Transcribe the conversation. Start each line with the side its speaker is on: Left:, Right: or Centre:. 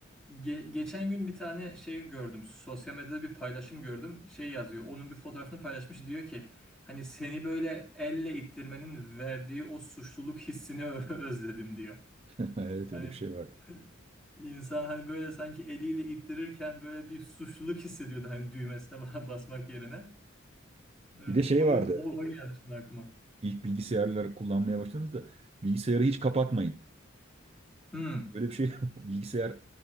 Centre: Ge- geçen gün bir tane şey gördüm. Sosyal medyada bir paylaşım gördüm. Şey yazıyor. Onun bir fotoğrafını paylaşmış. Diyor ki hani seni böyle elle ittirmenin verdiği o suçluluk hissini ö- <laughs> özledim diyor.
Right: <laughs> Evet
Centre: Hani
Right: öyle bir şey vardı.
Centre: <laughs> insan hani böyle sanki eliyle ittirirken böyle bir suçluluk hissediyordu hani düğmesine ba- <laughs> basmak yerine. Ee,
Right: Bir de şey
Centre: onu
Right: vardı.
Centre: o, o geldi şimdi aklıma.
Right: İlk bilgisayarları kullanmaya başladığımızda bilgisayarı hiç kapatmayın.
Centre: Hmm.
Right: Öyle bir şey <laughs> bilgisayar